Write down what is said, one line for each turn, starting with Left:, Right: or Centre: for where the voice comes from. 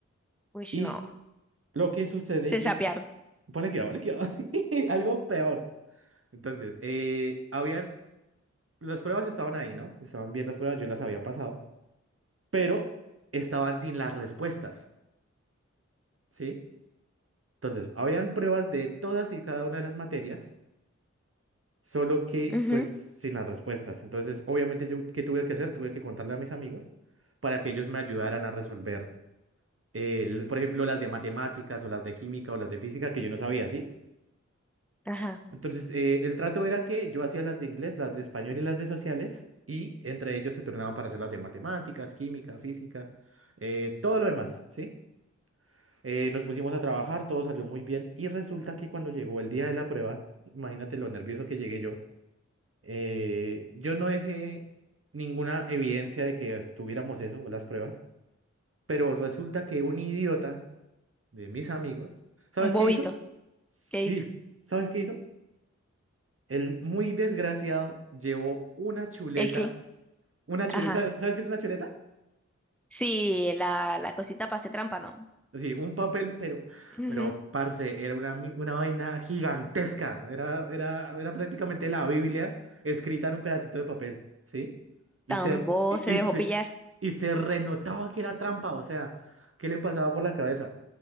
Centre: Uy,
Right: Y
Centre: no,
Right: lo que sucede
Centre: te
Right: es.
Centre: sapearon.
Right: Pone cuidado, pone cuidado. <laughs> Algo peor. Entonces, eh, habían. Las pruebas estaban ahí, ¿no? Estaban bien las pruebas, yo las había pasado. Pero estaban sin las respuestas, ¿sí? Entonces, habían pruebas de todas y cada una de las materias solo que
Centre: Ujú,
Right: pues sin las respuestas. Entonces, obviamente yo, ¿qué tuve que hacer? Tuve que contarle a mis amigos para que ellos me ayudaran a resolver, eh, l- por ejemplo, las de matemáticas o las de química o las de física que yo no sabía, ¿sí?
Centre: Ajá,
Right: Entonces, eh, el trato era que yo hacía las de inglés, las de español y las de sociales y entre ellos se turnaban para hacer las de matemáticas, química, física, eh, todo lo demás, ¿sí? Eh, nos pusimos a trabajar, todo salió muy bien y resulta que cuando llegó el día de la prueba, imagínate lo nervioso que llegué yo. Eh, yo no dejé ninguna evidencia de que tuviéramos eso o las pruebas, pero resulta que un idiota de mis amigos, ¿sabes
Centre: un bobito,
Right: qué hizo? Sí,
Centre: ¿qué hizo?
Right: ¿sabes qué hizo? El muy desgraciado llevó una chuleta,
Centre: El cl-
Right: una
Centre: Ajá,
Right: chuleta, ¿sabes, sabes qué es una chuleta?
Centre: sí, la, la cosita para hacer trampa, ¿no?
Right: Sí, un papel, pero,
Centre: Ujú.
Right: pero, parce, era una, mi- una vaina gigantesca. Era, era, era prácticamente la Biblia escrita en un pedacito de papel, ¿sí? Y
Centre: Tan
Right: se,
Centre: bobo
Right: y,
Centre: se dejó
Right: y se,
Centre: pillar.
Right: y se renotaba que era trampa, o sea, ¿qué le pasaba por la cabeza?